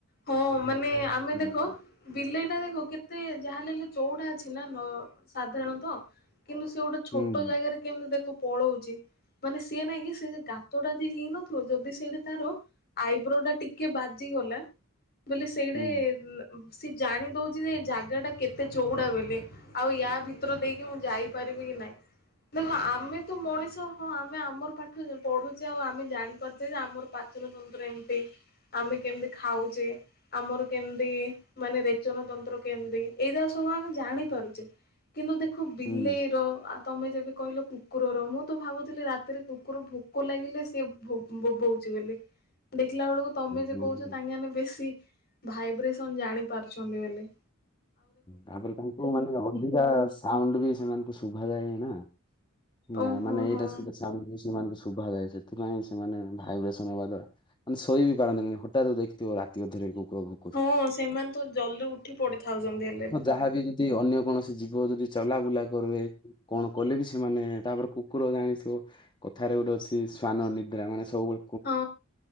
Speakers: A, on the left; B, on the left.
A: ହଁ ମାନେ ଆମେ
B: ହୁଁ
A: ଦେଖ ବିଲେଇ ଟା ଦେଖ କେତେ ଯାହା ହେଲେ ହେଲେ ଚଉଡ଼ା ଅଛି ନା ନ ସାଧାରଣତ। କିନ୍ତୁ ସେ ଗୋଟେ ଛୋଟ
B: ହୁଁ
A: ଜାଗାରେ କେମିତି ଦେଖ ପଳଉଛି,, ମାନେ ସିଏ ନାଇଁ କି ସେ ଗାତଟା ଯିଏ ହେଇନଥିବ ଯଦି ସେଇଠି ତାର ଆଇବ୍ରୋ ଟା ଟିକେ ବାଜିଗଲା ବୋଲି ସେଇଟି
B: ହୁଁ
A: ସେ ଜାଣି ଦଉଛି ଯେ ଏ ଜାଗାଟା କେତେ ଚଉଡା ବେଲି। ଆଉ ୟା ଭିତରୁ ଦେଇକି ମୁଁ ଯାଇପାରିବି କି ନାଇଁ। ଦେଖ ଆମେ ତ ମଣିଷ ହଁ ଆମେ ଆମର ପାଠ ପଢୁଛେ ଆଉ ଆମେ ଜାଣିପାରୁଛେ, ଯେ ଆମର ପାଚନ ତନ୍ତ୍ର ଏମତି, ଆମେ କେମିତି ଖାଉଛେ? ଆମର କେମିତି ମାନେ ରେଚନ ତନ୍ତ୍ର କେମିତି, ଏଇଟା ସବୁ ଆମେ ଜାଣି ପାରୁଚେ। କିନ୍ତୁ ଦେଖ ବିଲେଇର
B: ହୁଁ
A: ତମେ ଯେବେ କହିଲ କୁକୁରର, ମୁଁ ତ ଭାବୁଥିଲି ରାତିରେ କୁକୁର ଭୋକ ଲାଗିଲେ ସେ ଭୋ ବୋବୋଉ ଚି ବୋଲି, ଦେଖିଲା ବେଳକୁ ତମେ ଯେ
B: ହୁଁ।
A: କହୁଛ ତାଙ୍କମାନଙ୍କୁ ବେଶୀ ଭାଇବ୍ରେସନ ଜାଣି ପାରୁଛନ୍ତି ବେଲି।
B: ତାପରେ ତାଙ୍କୁ ମାନେ ଅଧିକା ସାଉଣ୍ଡ ବି ସେମାନଙ୍କୁ ଶୁଭାଯାଏ ନା।
A: ଓହୋ
B: ନାଇଁ ମାନେ
A: ହଁ
B: ଏଇଟା ସେ ସାଉଣ୍ଡ ସେମାନଙ୍କୁ ଶୁଭାଯାଏ, ସେଥିପାଇଁ ସେମାନେ ଭାଇବ୍ରେସନ ହବା ଦ୍ୱା ମାନେ ଶୋଇ ବି ପାରନ୍ତିନି। ହଠାତ୍ ଦେଖିଥିବ ରାତି ଅଧରେ କୁକୁର ଭୁ
A: ହଁ ସେମାନେ ତ ଜଲ୍ଦି ଉଠି ପଡିଥାଉଛନ୍ତି ହେଲେ ବି।
B: ଯାହା ବି ଯଦି ଅନ୍ୟ କୌଣସି ଜୀବ ଯଦି ଚଲାବୁଲା କରିବେ କଣ କଲେ ବି ସେମାନେ, ତାପରେ କୁକୁର ଜାଣିଥିବ। କଥାରେ ଗୋଟେ ଅଛି ଶ୍ଵାନ ନିଦ୍ରା, ମାନେ ସବୁବେ
A: ହଁ।